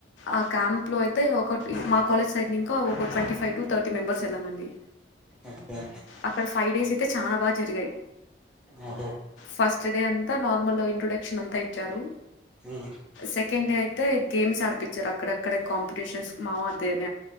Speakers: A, on the left; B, in the centre.
A: ఆ క్యాంప్ లో అయితే ఒక మా కాలేజ్ సైడ్ ఇంకా ఒక twenty five to thirty members వెళ్లామండి
B: ఓకే
A: అక్కడ ఫైవ్ డేస్ ఇయితే చానా బాగా జరిగాయి
B: ఓహో
A: ఫస్ట్ డే అంతా నార్మల్ ఇంట్రొడక్షన్ అంతా ఇచ్చారు
B: ఉమ్.
A: సెకెండ్ డే అయి గేమ్స్ ఆడు పిచర్ అక్కడెక్కడ కాంపిటీషన్స్ కి